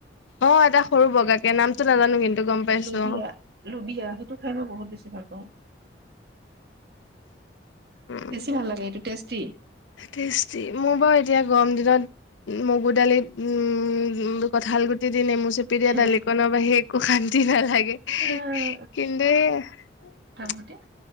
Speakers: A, on the left; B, on the right.
A: অ 'এটা সৰু বগাাকে নামটো নাজানো কিন্তু গম পাইছো
B: লুবিয়া-লুবিয়া
A: অ
B: সেইটো খাই মই বহুত বেছি ভাল পাওঁ।
A: উম
B: বেছি ভাল লাগে এইটো টেষ্টি
A: টেষ্টি মোৰ বাৰু এতিয়া গৰম দিনত মগু দালিত উম, কঠাল গুটি দি নেমুচ চুপি দিয়া
B: হে
A: দালিকনৰ বাহিৰে একো শান্তি নালাগে
B: আহ,
A: কিন্তু
B: মতি <unintelligible>